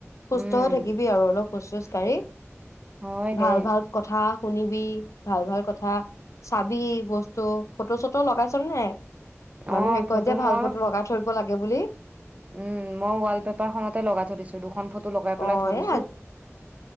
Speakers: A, on the right; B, on the left.
A: উম
B: সুস্থ হৈ থাকিবি আৰু অলপ খোজ চোজ কাঢ়ি।
A: হয় দে
B: ভাল ভাল কথা শুনিবি, ভাল ভাল কথা চাবি বস্তু, ফটো চটো লগাইছ নে নাই মানুহে
A: অ
B: কয় যে ভাল
A: মই
B: ফটো লগাই থৈ দিব লাগে বুলি।
A: উম। মই ৱাল পেপাৰ খনতে লগাই থৈ দিছো দুখন ফটো লগাই পেলাই
B: অ
A: থৈ দিছো।
B: এ